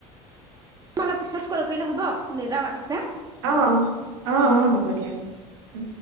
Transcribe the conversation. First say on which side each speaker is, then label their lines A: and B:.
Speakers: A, on the right; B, on the right.
A: অলপ পিছত কল কৰিলে হ'ব, দেউতাই মাতিছে।
B: অঁ অঁ, অঁ
A: উম
B: অঁ হ'ব দিয়া। উম